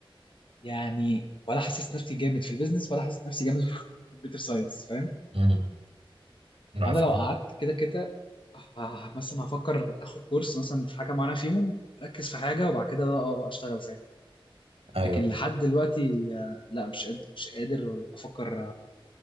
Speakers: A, on the left (about 60°); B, on the right (about 85°).
A: يعني ولا حاسس نفسي جامد في البيزنس ولا حاسس نفسي جامد في <laughs> الكمبيوتر ساينس فاهم
B: مم. عارف.
A: فانا لو قعدت كده كده آه مثلا هفكر اخد كورس مثلا في حاجه معينه فيهم اركز في حاجه وبعد كده بقى اه بقى اشتغل ساعتها
B: ايوه
A: لكن لحد دلوقتي آه، لا مش قادر مش قادر افكر